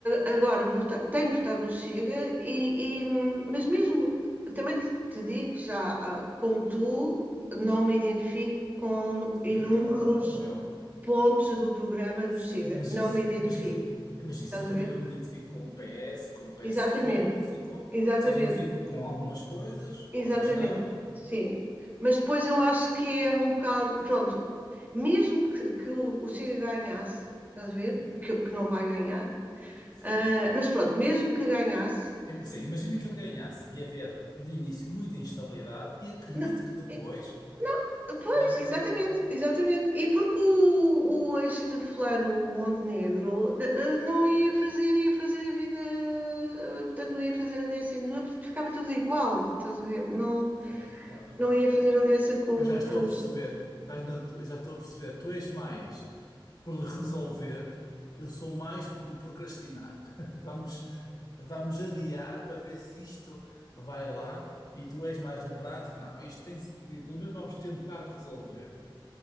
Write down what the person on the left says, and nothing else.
Sim,
claro, como eu.
Sim,
mas
isso,
mas isso, mas isso
eu também
não me identifico com o PS, com o PST.
Também não me identifico, ou
seja, identifico com algumas coisas,
outras não.
Sim.
Im- Sim, imagina que ele ganhasse. Ia haver, de início, muita instabilidade e acredito
que depois.
ah,
sim, claro.
Eu já estou
a perceber, estás na- eu já estou a perceber, tu és mais por lhe resolver, eu sou mais por lhe procrastinar. <laughs> Vamos, vamos adiar para ver se isto vai lá e tu és mais do prático. Não, isto tem-se, que- pelo menos vamos tentar resolver.